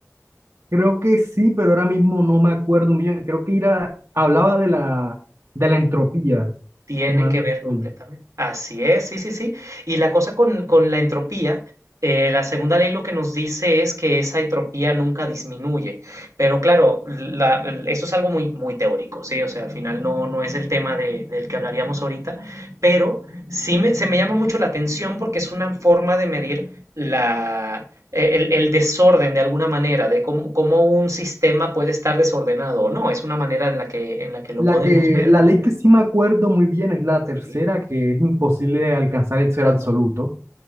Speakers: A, on the right; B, on the right.
A: Creo que sí, pero ahora mismo no me acuerdo bien. Creo que era, hablaba de la, de la entropía,
B: Tiene
A: si mal
B: que
A: no
B: ver
A: estoy.
B: completamente. Así es, sí, sí, sí. Y la cosa con, con la entropía, eh, la segunda ley lo que nos dice es que esa entropía nunca disminuye. Pero claro, la- el- eso es algo muy, muy teórico, ¿sí? O sea, al final no, no es el tema de- del que hablaríamos ahorita, pero sí me- se me llama mucho la atención porque es una forma de medir la, eh, el, el desorden de alguna manera, de cómo, cómo un sistema puede estar desordenado o no. Es una manera en la que, en la que lo
A: La
B: podemos
A: que,
B: ver,
A: la ley que sí me acuerdo muy bien es la tercera,
B: ¿sí?
A: que es imposible alcanzar el cero absoluto.